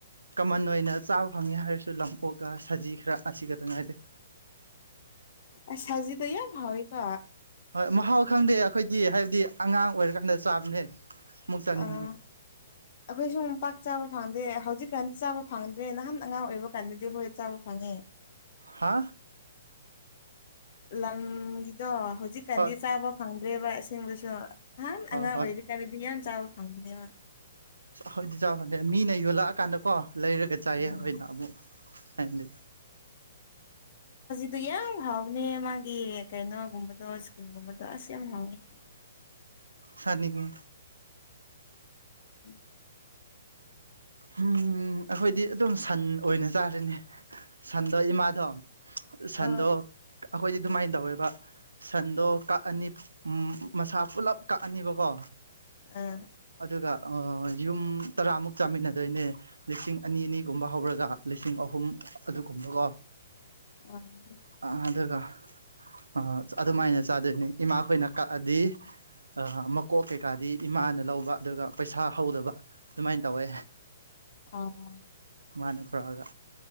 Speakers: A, on the right; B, on the left.
A: ꯀꯃꯟ ꯑꯣꯏꯅ ꯆꯥꯕ ꯐꯪꯉꯦ ꯍꯥꯏꯔꯁꯨ ꯂꯝ ꯑꯣꯛꯒ ꯁꯖꯤ ꯈꯔ ꯑꯁꯤ ꯈꯛꯇ ꯉꯥꯏꯔꯦ
B: ꯎꯝ ꯁꯖꯤꯗꯣ ꯌꯥꯝ ꯍꯥꯎꯋꯦꯀꯣ
A: ꯍꯣꯏ ꯃꯍꯥꯎ ꯈꯪꯗꯦ ꯑꯩꯈꯣꯏꯗꯤ ꯍꯥꯏꯕꯗꯤ ꯑꯉꯥꯡ ꯑꯣꯏꯔꯀꯥꯟꯗ ꯆꯥꯕꯅꯦ ꯑꯃꯨꯛ ꯆꯥꯅꯤꯡꯉꯤ
B: ꯑꯥ ꯑꯩꯈꯣꯏꯁꯨ ꯄꯥꯛ ꯆꯥꯕ ꯐꯪꯗꯦ ꯍꯧ ꯖꯤꯛꯀꯥꯟꯗꯤ ꯆꯥꯕ ꯐꯪꯗ꯭ꯔꯦ ꯅꯍꯥꯟ ꯑꯉꯥꯡ ꯑꯣꯏꯕ ꯀꯥꯟꯗꯗꯤ ꯍꯣꯏ ꯆꯥꯕ ꯐꯪꯉꯦ
A: ꯍꯥ
B: ꯂꯝꯒꯤꯗꯣ ꯍꯧꯖꯤꯛꯀꯥꯟꯗꯤ
A: ꯍꯣꯏ
B: ꯆꯥꯕ ꯐꯪꯗ꯭ꯔꯦꯕ ꯑꯁꯦꯡꯕꯁꯨ ꯅꯍꯥꯟ
A: ꯍꯣꯏ
B: ꯑꯉꯥꯡ
A: ꯍꯣꯏ
B: ꯑꯣꯏꯔꯤ ꯀꯥꯟꯗꯗꯤ ꯌꯥꯝ ꯆꯥꯕ ꯐꯪꯕꯅꯦꯕ
A: ꯈꯣꯏꯗꯤ ꯆꯥꯕ ꯅꯠꯇꯦ ꯃꯤꯅ ꯌꯣꯜꯂꯛꯑꯀꯥꯟꯗ ꯀꯣ ꯂꯩꯔꯒ ꯆꯥꯏꯌꯦ
B: ꯎꯝ
A: ꯑꯩꯈꯣꯏꯅ ꯑꯃꯨꯛ ꯊꯥꯏꯅꯗꯤ
B: ꯗꯨ ꯌꯥꯝ ꯍꯥꯎꯕꯅꯦ ꯃꯥꯒꯤ ꯀꯩꯅꯣꯒꯨꯝꯕꯗꯣ ꯏꯁꯀꯤꯟꯒꯨꯝꯕꯗꯣ ꯑꯁ ꯌꯥꯝ ꯍꯥꯎꯏ <inaudible>
A: ꯁꯥꯅꯤꯡꯉꯦ
B: ꯎꯝ
A: ꯍꯝ ꯑꯩꯈꯣꯏꯗꯤ ꯑꯗꯨꯝ ꯁꯟ ꯑꯣꯏꯅ ꯆꯥꯔꯅꯤ ꯁꯟꯗꯣ ꯏꯃꯥꯗꯣ ꯁꯟꯗꯣ
B: ꯑ
A: ꯑꯩꯈꯣꯏꯗꯤ ꯑꯗꯨꯃꯥꯏꯅ ꯇꯧꯋꯦꯕ ꯁꯟꯗꯣ ꯀꯛꯑꯅꯤ ꯃꯁꯥ ꯄꯨꯂꯞ ꯀꯛꯑꯅꯤꯕꯀꯣ
B: ꯑꯥ
A: ꯑꯗꯨꯒ ꯑꯥ ꯌꯨꯝ ꯇꯔꯥꯃꯨꯛ ꯆꯥꯃꯤꯟꯅ ꯗꯣꯏꯅꯦ ꯂꯤꯁꯤꯡ ꯑꯅꯤ ꯑꯅꯤꯒꯨꯝꯕ ꯍꯧꯔꯒ ꯂꯤꯁꯤꯡ ꯑꯍꯨꯝ ꯑꯗꯨꯒꯨꯝꯕꯀꯣ
B: ꯑ
A: ꯑ ꯑꯗꯨꯒ ꯑ ꯑꯗꯨꯃꯥꯏꯅ ꯆꯥꯗꯣꯏꯅꯤ ꯏꯃꯥꯈꯣꯏꯅ ꯀꯛꯑꯗꯤ ꯑ ꯃꯀꯣꯛ ꯀꯩꯀꯥꯗꯤ ꯏꯃꯥꯅ ꯂꯧꯕ ꯑꯗꯨꯒ ꯄꯩꯁꯥ ꯍꯧꯗꯕ ꯑꯗꯨꯃꯥꯏꯅ ꯇꯧꯋꯦ
B: ꯑꯃ
A: ꯍꯥꯟꯅ ꯄꯨꯔꯛꯑꯒ